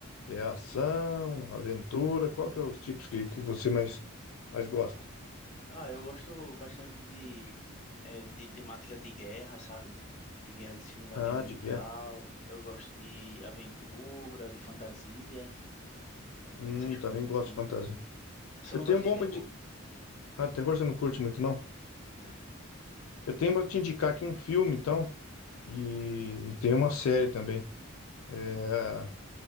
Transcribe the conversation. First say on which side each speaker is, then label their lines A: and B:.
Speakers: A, on the left; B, on the left.
A: é, ação, aventura? Qual que é os tipos que, que você mais, mais gosta?
B: Ah, eu gosto bastante de, eh, de temática de guerra, sabe? De guerra de Segunda
A: Ah,
B: Guerra Mundial.
A: de guerra.
B: Eu gosto de aventura, de fantasia, eh,
A: Hum,
B: essas coisas
A: também gosto
B: assim.
A: de fantasia.
B: Só
A: Eu
B: não
A: tenho
B: gosto
A: um bom
B: de terror,
A: pra Ah, terror você não curte muito, não?
B: não.
A: Eu tenho pra te indicar aqui um filme, então, e, e tem uma série também. É,